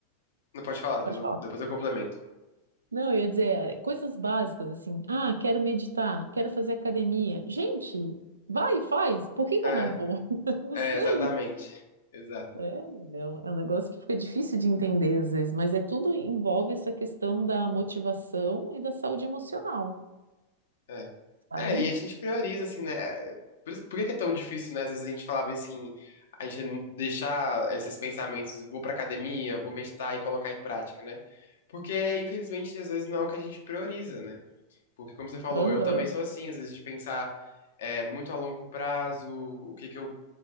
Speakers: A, on the left (about 60°); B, on the right (about 75°).
A: não pode falar, depois
B: pode
A: eu,
B: falar.
A: depois eu complemento.
B: Não, eu ia dizer, eh, coisas básicas, assim. Ah, quero meditar, quero fazer academia. Gente, vai e faz. Por que que
A: É,
B: eu não vou? <laughs> Não
A: é,
B: sei.
A: exatamente. Exato.
B: É, é um, é um negócio que fica difícil de entender às vezes, mas é tudo envolve essa questão da motivação e da saúde emocional,
A: É.
B: sabe?
A: É, e a gente prioriza, assim, né? É, Por, isso- por que que é tão difícil, né? Às vezes a gente falar bem assim, a gente não deixar esses pensamentos, vou pra academia, vou meditar e colocar em prática, né? Porque, infelizmente, às vezes não é o que a gente prioriza, né? Porque, como você falou,
B: Aham,
A: eu também sou assim, às vezes de pensar é, muito a longo prazo, o que que eu